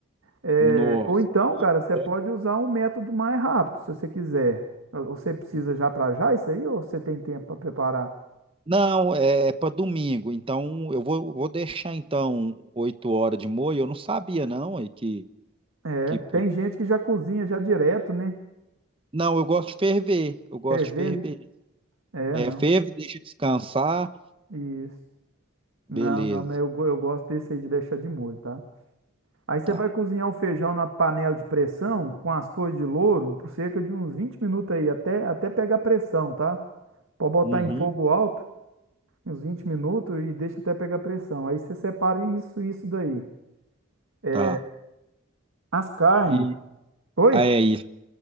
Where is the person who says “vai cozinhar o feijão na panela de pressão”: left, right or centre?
Right